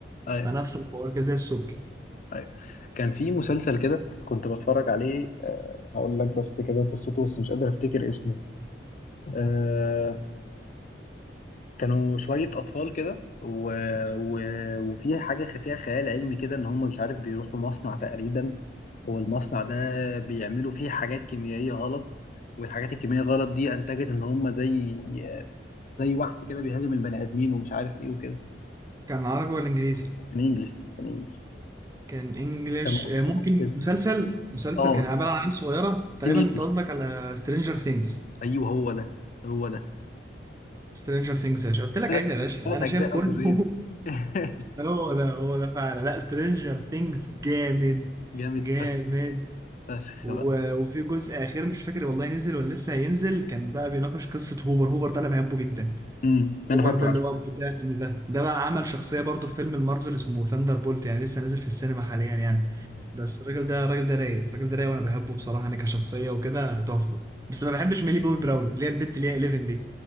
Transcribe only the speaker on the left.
ايوه
ايوه كان في مسلسل كده كنت بتفرج عليه آه، هقول لك بس كده قصته بس مش قادر افتكر اسمه آه كانوا شوية أطفال كده و... و... وفي حاجة خ- فيها خيال علمي كده إن هم مش عارف بيروحوا مصنع تقريبا والمصنع ده بيعملوا فيه حاجات كيميائية غلط والحاجات الكيميائية غلط دي أنتجت إن هم زي زي وحش كده بيهاجم البني آدمين ومش عارف إيه وكده
كان إنجلش كان إنجلش
كان أطفال
كده
آه
تين إيجرز
أيوه هو ده هو ده
ثلاث
ثلاث
أجزاء
أو جزئين
<laughs>
جامد
فشخ فشخ
بقى
امم أنا
فاكره
عشان